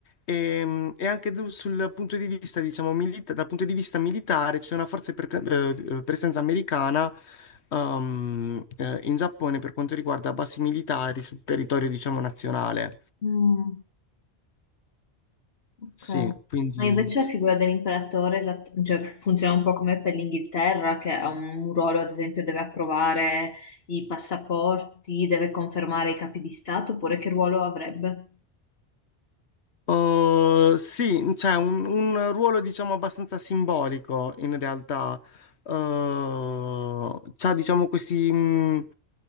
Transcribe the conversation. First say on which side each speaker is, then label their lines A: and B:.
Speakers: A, on the left; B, on the left.
A: e, e anche du- sul punto di vista diciamo milita- dal punto di vista militare c'è una forte prete- eh, eh, presenza americana ehm, eh, in Giappone per quanto riguarda basi militari sul territorio diciamo nazionale.
B: mm. Ok.
A: Sì, quindi
B: Ma invece la figura dell'imperatore esatt- cioè, funziona un po' come per l'Inghilterra, che ha un ruolo, ad esempio, deve approvare i passaporti, deve confermare i capi di Stato, oppure che ruolo avrebbe?
A: Uh, sì, c'è un, un ruolo diciamo abbastanza simbolico in realtà. Uh, c'ha diciamo questi, mh,